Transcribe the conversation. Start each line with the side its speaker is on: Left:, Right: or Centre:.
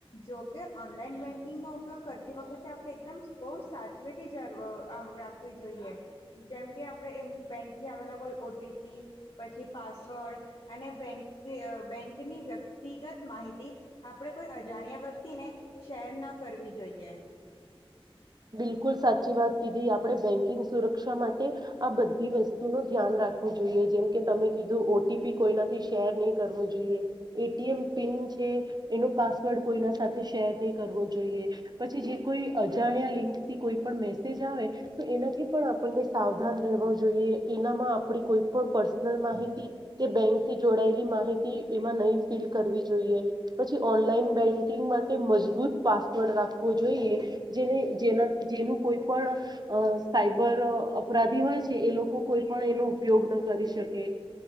Left: જો કે ઓનલાઈન બેંક બેન્કિંગ નોો ઉપયોગ કરતી વખતે આપણે એકદમ બહુ સાચવીથી જ આમ રાખવી જોઈએ જેમકે આપડે એ બેંક થી આવેલા કોઈ ઓટીપી પછી પાસવર્ડ અને બેંક બેંકની વ્યક્તિગત માહિતી આપણે કોઈ અજાણ્યા વ્યક્તિને શેર ન કરવી જોઈએ
Right: બિલકુલ સાચી વાત કીધી આપડે બેંકિંગ સુરક્ષા માટે આ બધી વસ્તુ નું ધ્યાન રાખવું જોઈએ જેમ કે તમે કીધું ઓટીપી કોઈનાથી શેર નહીં કરવો જોઈએ એટીએમ પિન છે એનો પાસવર્ડ કોઈના સાથે શેર નહી કરવો જોઈએ પછી જે કોઈ અજાણ્યા લિંકથી કોઈ પણ મેસેજ આવે તો એનાથી પણ આપણને સાવધાન જોઈએ એનામાં આપ કોઈ પણ પર્સનલ માહિતી કે બેંથી જોડાયેલી નલ જોઈ પછી ઓનલાઈન બેન્કિંગ માટે મજબૂત રાખવો જોઈએ જેને જેના જેનું કોઈ પણ <unintelligible> સાયબર અપરાધી હોય છે, એ લોકો કોઈ પણ એનો ઉપયોગ ન કરી શકે